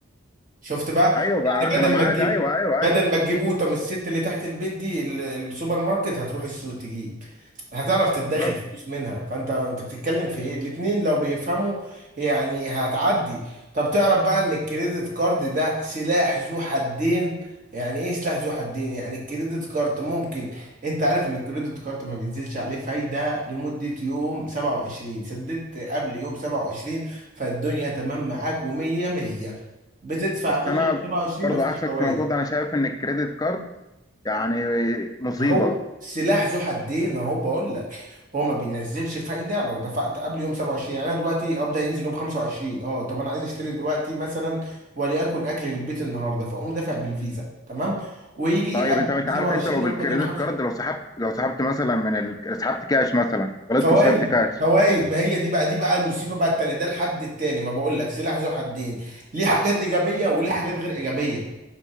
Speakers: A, on the right (about 40°); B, on the left (about 20°).
A: شفت بقى
B: ايوه بقى
A: يعني
B: انا
A: بدل
B: معاك
A: ما تجيب
B: ايوه ايوه
A: بدل
B: ايوه
A: ما تجيب قوطه من الست اللي تحت البيت دي ال- السوبر ماركت هتروح السوق تجيب هتعرف تدخر
B: بالظبط
A: فلوس منها فانت انت بتتكلم في ايه الاتنين لو بيفهموا يعني هتعدي طب تعرف بقى ان الكريدت كارد ده سلاح ذو حدين يعني ايه سلاح ذو حدين يعني الكريدت كارد ممكن انت عارف ان الكريدت كارد ما بينزلش عليه فايدة لمدة يوم 27 سددت قبل يوم 27 فالدنيا تمام معاك و100 100 بتدفع
B: بس
A: يا باشا
B: انا
A: 27
B: برضو
A: مفيش
B: عكسك
A: فوائد
B: في الموضوع ده انا شايف ان الكريدت كارد يعني مصيبه
A: ما هو سلاح ذو حدين اهو بقول لك هو ما بينزلش فايده لو دفعت قبل يوم 27 يعني انا دلوقتي قبض هينزل يوم 25 اه طب انا عايز اشتري دلوقتي مثلا وليكن اكل للبيت النهارده فاقوم دافع بالفيزا تمام ويجي
B: طيب
A: قبل
B: انت انت
A: يوم 27
B: عارف انت لو بالكريدت
A: اقبض يوم 5
B: كارد لو سحبت لو سحبت مثلا من ال... سحبت كاش مثلا غلطت
A: فوائد
B: وسحبت كاش
A: فوائد ما هي دي بقى دي بقى المصيبه بقى التانيه ده الحد التاني ما بقول لك سلاح ذو حدين ليه حاجات ايجابيه وليه حاجات غير ايجابيه